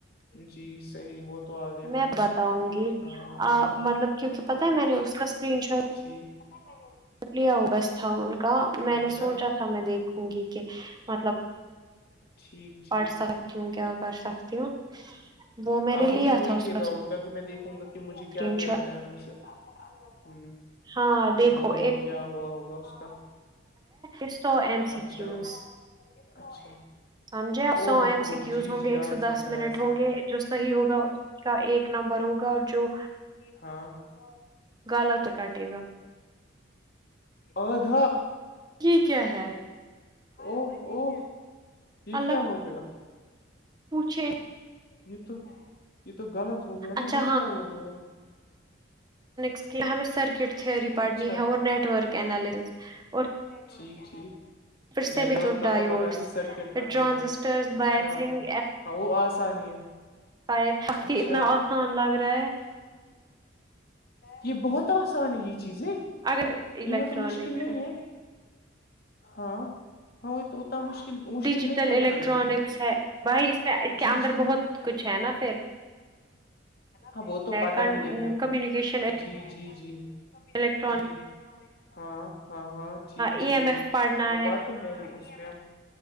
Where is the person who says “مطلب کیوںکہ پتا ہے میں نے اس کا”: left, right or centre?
Right